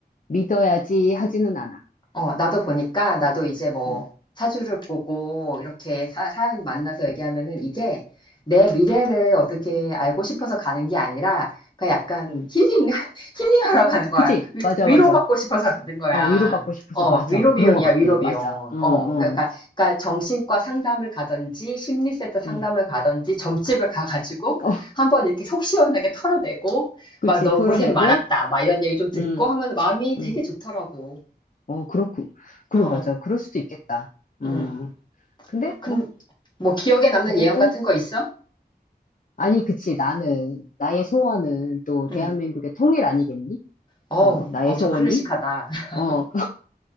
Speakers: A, on the left (about 50°); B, on the left (about 25°).
A: 믿어야지 하지는 않아.
B: 어, 나도 보니까 나도 이제 뭐
A: 음,
B: 사주를 보고 이렇게 사, 사람 만나서 얘기하면은 이게 내 미래를 어떻게 알고 싶어서 가는 게 아니라 그냥 약간
A: 음.
B: 힐링, <laughs> 힐링하러 가는 거야.
A: 그치?
B: 위,
A: 맞아,
B: 위로받고
A: 맞아.
B: 싶어서 가는 거야.
A: 어, 위로받고 싶어서
B: 어,
A: 맞아.
B: 위로 비용이야,
A: 그런 것 같아.
B: 위로 비용.
A: 맞아. 어, 어,
B: 어, 그러니까, 그러니까 정신과 상담을 가든지 심리센터 상담을
A: 음.
B: 가든지 점집을 가가지고
A: 어,
B: 한번 이렇게 속 시원하게 털어내고
A: 그치.
B: 막 너
A: 토해내고,
B: 고생 많았다 막 이런 얘기 좀 듣고
A: 음,
B: 하면 마음이 되게
A: 음.
B: 좋더라고.
A: 어, 그렇고, 그래,
B: 어.
A: 맞아. 그럴 수도 있겠다. 음.
B: 응,
A: 근데
B: 근,
A: 뭐
B: 뭐 기억에 남는
A: 그래도?
B: 예언 같은 거 있어?
A: 아니, 그치. 나는, 나의 소원은 또 대한민국의
B: 응.
A: 통일 아니겠니?
B: 어우,
A: 어, 나의
B: 엄청
A: 소원이?
B: 클래식하다. <laughs>
A: 어,